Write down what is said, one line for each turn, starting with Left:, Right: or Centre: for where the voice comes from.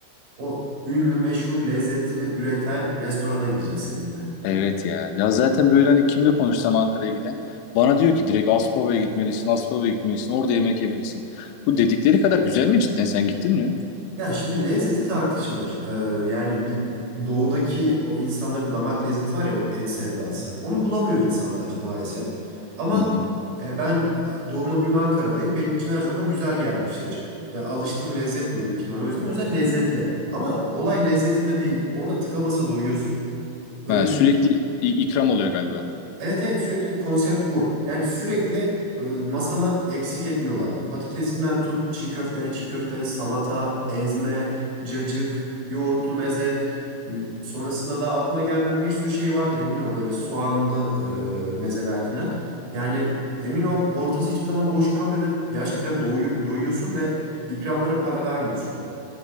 Right: o ünlü meşhur lezzetini üreten restorana gideceğiz seninle.
Left: Evet ya. Ya zaten böyle hani kimle konuşsam Ankara'ya giden bana diyor ki direkt Aspava'ya gitmelisin, Aspava'ya gitmelisin, orada yemek yemelisin. Bu dedikleri kadar güzel mi cidden? Sen gittin mi?
Right: Ya şimdi lezzeti tartışılır. Ee, yani bir doğudaki o insanların damak lezzeti var ya o et sevdası. Onu bulamıyor insanlar maalesef. Ama
Left: Hı hı.
Right: e, ben doğuma büyüme Ankara'dayım. Benim için her zaman güzel gelmiştir. Ya alıştığım lezzet bu büyük ihtimal. O yüzden o yüzden lezzetli. Ama olay lezzetinde değil. Orada tıka basa doyuyorsun. Öyle
Left: Ha, sürekli
Right: bir
Left: i- ikram oluyor galiba.
Right: Evet evet sürekli konsept bu. Yani sürekli e, masana eksik etmiyorlar. Patatesinden tut, çiğ köfteni, çiğ köfte, salata, ezme, cacık, yoğurtlu meze. e, Sonrasında da aklıma gelmeyen bir sürü şey vardır emin ol böyle soğanlı e, mezeler filan. Yani emin ol ortası hiçbir zaman boş kalmıyor ve gerçekten doyu- doyuyorsun ve ikramlara para vermiyorsun.